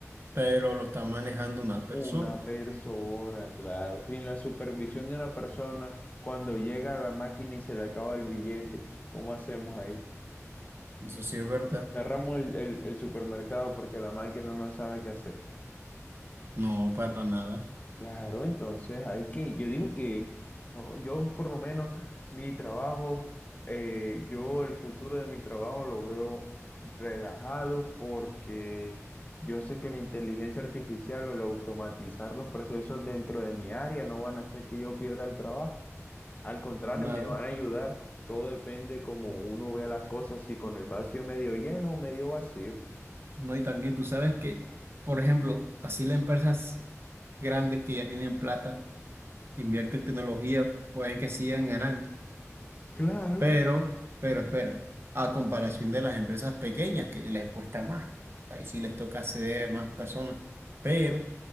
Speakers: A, on the right; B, on the left.
A: pero lo está manejando una persona.
B: Una persona, claro, sin la supervisión de una persona, cuando llega a la máquina y se le acaba el billete, ¿cómo hacemos ahí?
A: Eso sí es verdad.
B: Cerramos el, el el supermercado porque la máquina no sabe qué hacer.
A: No, para nada,
B: Claro, entonces hay que, yo digo que no, yo por lo menos mi trabajo, eh, yo el futuro de mi trabajo lo veo relajado porque yo sé que la inteligencia artificial o el automatizar los procesos dentro de mi área no van a hacer que yo pierda el trabajo. Al contrario,
A: nada.
B: me van a ayudar. Todo depende cómo uno vea las cosas, si con el vacío medio lleno o medio vacío.
A: No, y también tú sabes que, por ejemplo, así las empresas grandes que ya tienen plata, invierten en tecnología, pueden que sigan ganando.
B: Claro.
A: Pero, pero espera, a comparación de las empresas pequeñas que les cuesta más, ahí sí les toca acceder a más personas, pero